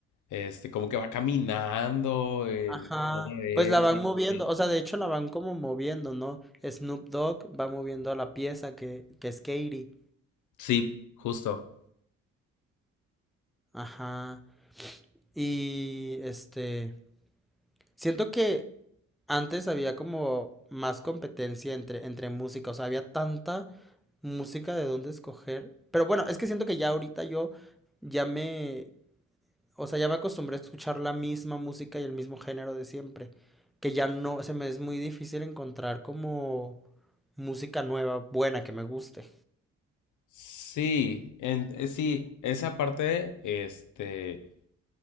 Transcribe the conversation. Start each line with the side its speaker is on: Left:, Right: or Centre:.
Left: este, como que va caminando en
Centre: Ajá,
Left: todo
Centre: pues la
Left: eso,
Centre: van moviendo,
Left: Sí,
Centre: o sea, de hecho la van como moviendo, ¿no? Snoop Dogg va moviendo a la pieza que, que es Katie.
Left: Sí, justo.
Centre: Ajá. Y este, Siento que antes había como más competencia entre, entre música, o sea, había tanta música de dónde escoger. Pero bueno, es que siento que ya ahorita yo ya me, o sea, ya me acostumbré a escuchar la misma música y el mismo género de siempre, que ya no, se me es muy difícil encontrar como música nueva, buena, que me guste.
Left: Sí, en- eh, sí, esa parte, este,